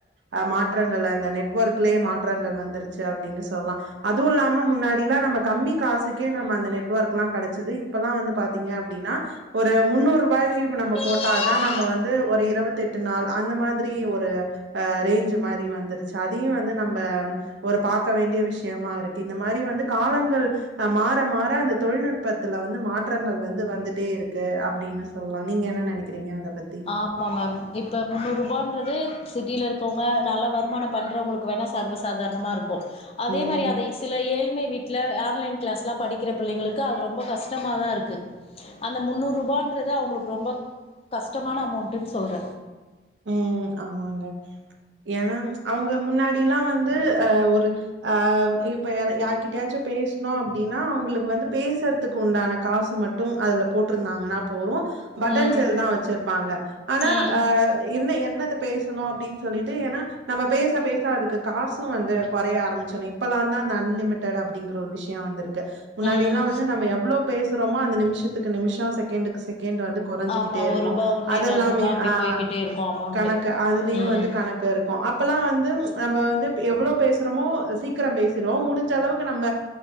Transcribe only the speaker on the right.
அ மாற்றங்கள் அந்த நெட்வொர்க்லயே மாற்றங்கள் வந்துருச்சு அப்டினு சொல் சொல்லா அது இல்லாம முன்னாடிலா நம்ம கம்மி காசுக்கே நம்ம அந்த நெட் நெட்வொர்க்லா கெடச்சது இப்பல்லா வந்து பாத்திங்க அப்டின்னா ஒரு முன்னூறுபாய்க்கு நம்ம போட்டாதா
நம்ம வந்து ஒரு இருவத்தெட்டு நாள் அந்த மாதிரி ஒரு அ ரேஞ்ச் மாரி வந்துரு ச்சு அதையு வந்து நம்ம ஒரு பாக்க வேண்டிய விஷயமா இருக்கு இந்த மாரி வந்து காலங்கள் மா மாற மாற அந்த தொழில்நுட்பத்துல வந்து மாற்றங்கள் வந்து வந்துட்டே இருக்கு அப்டினு சொல்லா நீங்க என்ன நெனைக்கிறிங்க அத பத்தி
ம்
ம் ஆமாங்க ஏனா அவுங்க முன்னாடி லா வந்து ஒரு ஆ இப்ப யா யார்கிட்டயாச்சு பேச னு அப்டின்னா அவுங்களுக்கு வந்து பேசுறதுக்கு உண்டான காசு மட்டு அதுல போட்ருந்தாங்கனா போறு பட்டன்
செல் தா வச்சிர்ப்பாங்க ஆனா
அ என்ன என்னது பேசணு அப்டினு சொல்லிட்டு ஏனா நம்ம பேச பே அதுக்கு காசு வந்து கொறைய ஆரம்பச்சிரு இப்பல்லா தா அந்த அன்லிமிடெட் அப்டிங்கற ஒரு விஷயோ வந்துருக்கு ப முன்னாடில்லா
வந்து நம்ம எவ்ளோ பேசுறோமோ அந்த நிம்ஷத்துக்கு நிம்ஷோ செகண்டுக்கு செக் கேண்ட்டு வந்து கொறைஞ்சுகிட்டேருக்கூ
அதெல்லாமே
ஆ
கணக்கு அதுலயு
வந்து கணக்கு இருக்கு அப்பல்லா வந்தும் நம்ப வந்து எ எவ்ளோ பேசுறோமோ சீக்ரம் பேசிரோ முடிஞ்ச அளவுக்கு நம்ம